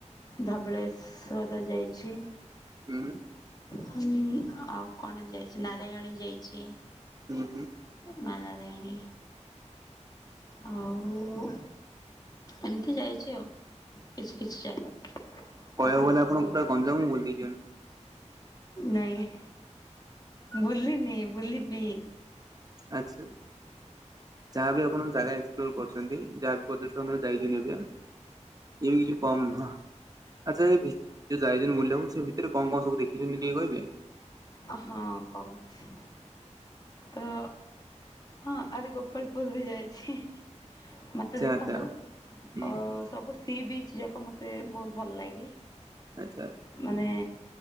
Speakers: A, on the left (about 30°); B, on the right (about 30°).
A: ଧବଳେଶ୍ୱଜ ଯାଇଛି।
B: ହୁଁ।
A: ହୁଁ ଆଉ କଣ ଯାଇଛି ନାରାୟଣୀ ଯାଇଛି।
B: ହୁଁ ହୁଁ।
A: ମା ନାରାୟଣୀ। ଆଉ, ଏମିତି ଯାଇଛି ଆଉ କିଛି କିଛି ଜାଗା
B: କହିବାକୁ
A: ଆପଣ?
B: ଗଲେ ପୁରା ଗଞ୍ଜାମ ବୁଲି ଦେଇଛନ୍ତି
A: ନାଇଁ ବୁଲିିନି ବୁଲିବି।
B: ଆଚ୍ଛା। ଯାହାବି ଆପଣ ଜାଗା ଏକ୍ସପ୍ଲୋର କରୁଛନ୍ତି, ଯାହାବ ପ୍ରତିଷୋତ ଦାୟିତ୍ୱ ନେବେ। ୟୁ ୟୁ କମ୍ ନୁହଁ। ଆଚ୍ଛା ଏ ଭିତ ଯାଇଛନ୍ତି ବୁଲିବାକୁ ସେ ଭିତରେ କଣ କଣ ସବୁ ଦେଖିଛନ୍ତି ଟିକେ କହିବେ?
A: ହଁ କହୁଛି। ତ ହଁ ଆଜିି ଗୋପଳପୁୁର ବି ଯାଇଛି। ମତେ
B: ଆଚ୍ଛା
A: ଦେଖନ୍ତୁ
B: ଆଚ୍ଛା
A: ଅ
B: ହୁଁ
A: ସବୁ ସିବିଚ ସେ ଯାକ ମୋତେ ବହୁତ ଭଲ ଲାଗେ,
B: ଆଚ୍ଛା ଆଚ୍ଛା
A: ମାନେ